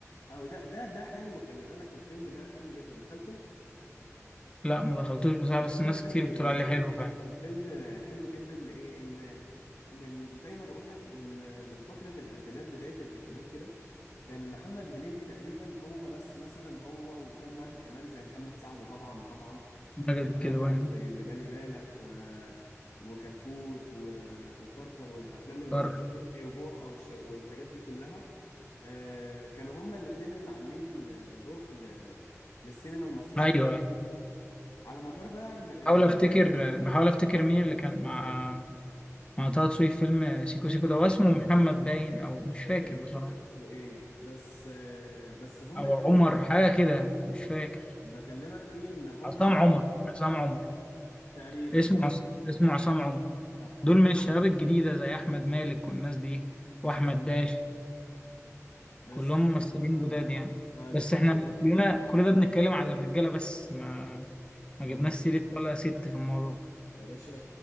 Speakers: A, on the left; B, on the left.
A: اهو ده ده ده حلو خلي بالك الفيلم ده حلو جدا دخلته
B: لا ما دخلتوش بصراحة
A: الفيلم
B: بس الناس
A: ده
B: كتير
A: بي
B: بتقول
A: بي
B: عليه حلو فعلا
A: الفيلم حلو جدا لإيه إن من زي ما بقول لك من من فترة الألفينات بداية الألفينات كده كان محمد هنيدي تقريبا هو بس مثلا هو وكم واحد كمان زي محمد سعد طبعا طبعا
B: ماجد
A: بأفلامه
B: الكدواني
A: زي اللي بالي بالك و... وكتكوت و... وكركر والأفلام اللذيذة
B: طارق
A: الليمبي وبوحة والش... والحاجات دي كلها آه كانوا هما الاتنين اللي عاملين آه، روح ل... للسينما المصرية
B: ايوه
A: في الفيديو.
B: أيوة.
A: على مدار بقى م... آه،
B: بحاول افتكر بحاول افتكر مين اللي كان مع مع طه دسوقي في فيلم سيكو سيكو ده هو اسمه محمد باين او
A: مش
B: مش
A: فاكر
B: فاكر
A: بصراحة
B: بصراحة
A: اسمه ايه بس آه بس هما
B: او
A: الاتنين
B: عمر
A: اللي
B: حاجة كده مش فاكر
A: بكلمك فيه ان هما
B: عصام
A: الاتنين
B: عمر عصام عمر
A: تقريبا
B: اسمه
A: صح
B: عص... اسمه
A: صح
B: عصام عمر
A: صح
B: دول من الشباب الجديدة زي احمد مالك والناس دي واحمد
A: صح
B: داش
A: بس
B: كلهم ممثلين
A: هو-
B: جداد يعني
A: فدخلوا
B: بس احنا
A: الكوميديا
B: كلنا كل ده بنتكلم على الرجالة بس ما ما
A: اه
B: جبناش سيرة ولا ست في الموضوع
A: يا باشا